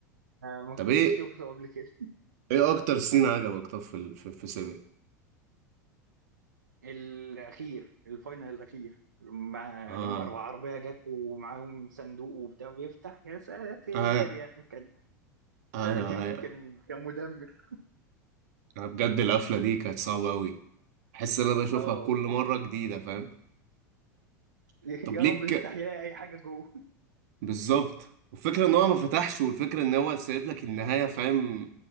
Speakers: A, on the right; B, on the right.
A: آه، ما
B: طب
A: كنتش
B: ايه
A: شفته قبل كده
B: ايه اكتر سين عجبك طب في ال- في في سيفن
A: الأخير الفاينل الأخير مع
B: اه
A: لما العربية جت ومعاهم صندوق وبتاع بيفتح يا ساتر
B: اه
A: يا كان
B: ايوه
A: بتاع ده كان
B: ايوه
A: كان كان مدمر
B: انا بجد القفلة دي كانت صعبة قوي احس ان انا بشوفها
A: اه
B: كل مرة جديدة فاهم
A: <laughs>
B: طب
A: يا
B: ليك
A: رب يفتح يلاقي أي حاجة جوه
B: بالظبط والفكرة ان هو ما فتحش والفكرة ان هو سايب لك النهاية فاهم